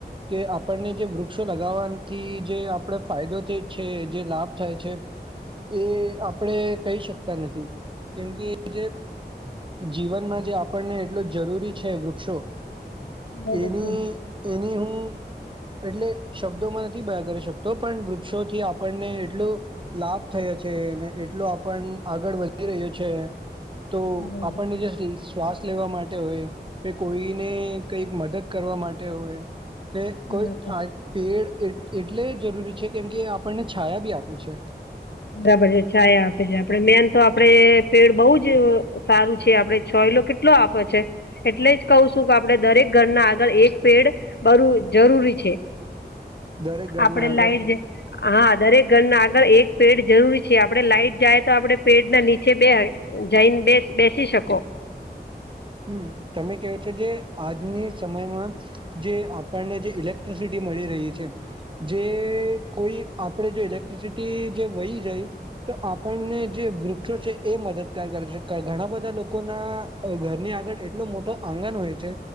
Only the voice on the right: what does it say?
કે આપણને જે વૃક્ષો લગાવવાથી જે આપણે ફાયદો થાય છે જે લાભ થાય છે, એ આપણે કહી શકતા નથી કેમકે જે, જીવનમાં જે આપણને એટલુંજ જરૂરી છે વૃક્ષો
એની,
એની હું એટલે શબ્દોમાં નથી બયા કરી શકતો પણ વૃક્ષોથી આપ, આપણને એટલો લાભ થયો છે એને, એટલો આપણે આગળ વધી રહ્યો તો
આપણને
જે શ્વાસ લેવા માટે હોય કે કોઈને કઈ મદદ કરવા માટે હોય,
કોઈ
આ પેડ એટલે જરૂરી છે કે આપણને છાયા બી આપે છે,
દરેક ઘરના
આગળ
હમમ તમે ક્યો છો જે આજની સમય માં, જે આપણને જે ઈલેક્ટ્રીસીટી મળી રહી છે, જે કોઈ આપડે જે ઈલેક્ટ્રીસીટી જે વઈ જાય, તો આપણને જે વૃક્ષો છે એ મદદગાર કરે છે. ઘણા બધા લોકોની, આગળ એટલો મોટો આંગન હોય છે